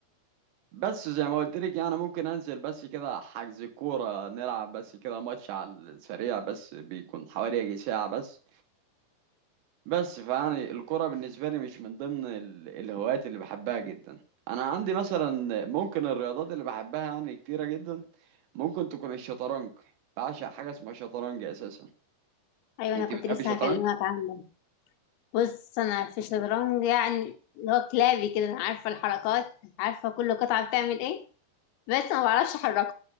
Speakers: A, on the right; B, on the left.
A: بس زي ما قلت لك يعني ممكن انزل بس كده حجز كورة نلعب بس كده ماتش على السريع بس بيكون حوالي يجي ساعة بس بس فيعني الكورة بالنسبة لي مش من ضمن ال- الهوايات اللي بحبها جدا انا عندي مثلا ممكن الرياضات اللي بحبها يعني كتيرة جدا ممكن تكون الشطرنج بعشق حاجة اسمها شطرنج اساسا
B: أيوة
A: انت
B: أنا كنت
A: بتحبي
B: لسه
A: الشطرنج
B: هكلمك عنه بص انا في الشطرنج يعني اللي هو كلابي كده انا عارفه الحركات عارفه كل قطعه بتعمل ايه بس ما بعرفش احركها